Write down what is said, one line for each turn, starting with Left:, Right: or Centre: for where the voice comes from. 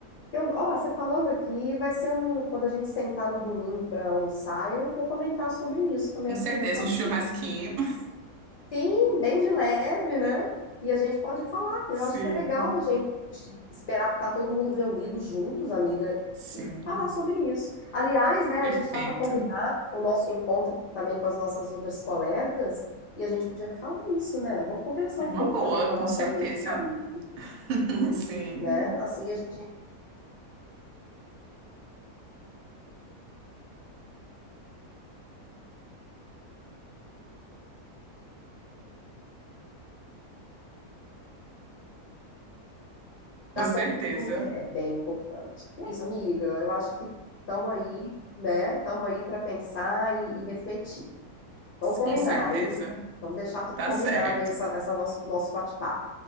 Left: eu, ó, você falando aqui, vai ser um. Quando a gente sentar no domingo para almoçar, eu vou comentar sobre isso com a minha,
Right: Com certeza,
Left: com a minha família.
Right: um churrasquinho. <laughs>
Left: Sim, bem de leve, né? E a gente pode falar. Eu
Right: Sim,
Left: acho que é legal a gente esperar que tá todo mundo reunido juntos, amiga,
Right: sim,
Left: e falar sobre isso. Aliás, né,
Right: perfeito.
Left: a gente tá para combinar o nosso encontro também com as nossas outras colegas, e a gente podia falar isso, né? Vamos conversar
Right: É
Left: um
Right: uma
Left: pouco
Right: boa,
Left: também com a nossa
Right: com certeza.
Left: rede de amigos,
Right: <laughs> Sim,
Left: né? Assim a gente.
Right: com
Left: já
Right: certeza.
Left: com- é bem importante. E é isso, amiga. Eu acho que estamos aí, né? Estamos aí para pensar e, e refletir. Vamos combinar,
Right: Com certeza.
Left: hein? Vamos deixar tudo
Right: Tá
Left: combinado
Right: certo.
Left: aí, essa, essa nosso, nosso bate-papo.